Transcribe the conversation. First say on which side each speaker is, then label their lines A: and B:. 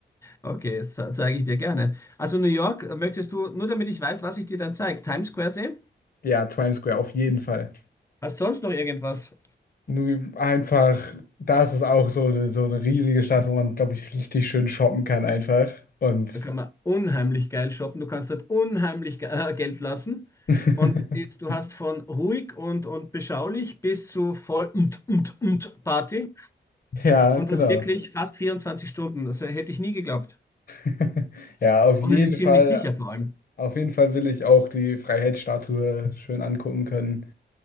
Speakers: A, on the left; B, on the left.
A: Okay, das ze- zeige ich dir gerne. Also New York, äh, möchtest du, nur damit ich weiß, was ich dir dann zeige, Times Square sehen?
B: Ja, Times Square, auf jeden Fall.
A: Hast du sonst noch irgendwas?
B: Nur einfach, da ist es auch so eine, so eine riesige Stadt, wo man, glaube ich, richtig schön shoppen kann einfach. Und
A: Da kann man unheimlich geil shoppen. Du kannst dort unheimlich ge- äh, Geld lassen.
B: <laughs>
A: Und es ist, du hast von ruhig und, und beschaulich bis zu voll und, und, und Party.
B: ja,
A: Und
B: genau.
A: das wirklich fast 24 Stunden. Das hätte ich nie geglaubt.
B: <laughs> Ja, auf
A: Und
B: jeden
A: es ist ziemlich
B: Fall,
A: sicher vor allem.
B: auf jeden Fall will ich auch die Freiheitsstatue schön angucken können.